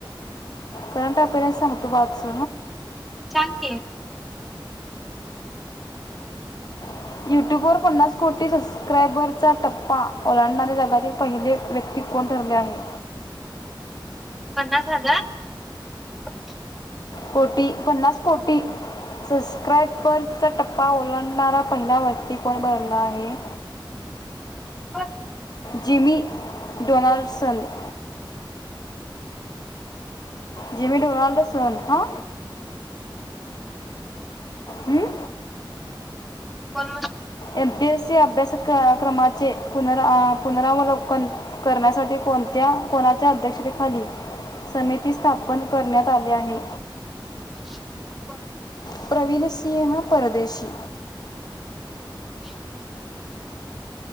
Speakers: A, on the left (about 50°); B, in the centre.
A: करंट अफेअर्स सांगतो बघ आजच.
B: सांग की,
A: <inaudible> यूट्यूबवर पन्नास कोटी सबस्क्रायबरचा टप्पा ओलांडणारे जगातील पहिले व्यक्ती कोण ठरले आहे?
B: पन्नास हजार <inaudible>
A: कोटी पन्नास कोटी सबस्क्राइबर्सचा टप्पा ओलाडणारा पहिला व्यक्ती कोण बनला आहे?
B: ह
A: Jimmy <inaudible> Donaldson <inaudible> Jimmy Donaldson हा <inaudible> हम्म
B: कोण म
A: एम पी एस सी अभ्यास क्रमाचे पुन पुनरावलोकन करण्यासाठी कोणत्या कोणाच्या अध्यक्षतेखाली? <inaudible> समिती स्थाप <inaudible> पण करण्यात <inaudible> आली आहे
B: <unintelligible> ब
A: <inaudible> प्रवीणसिंह परदेशी
B: <inaudible> हम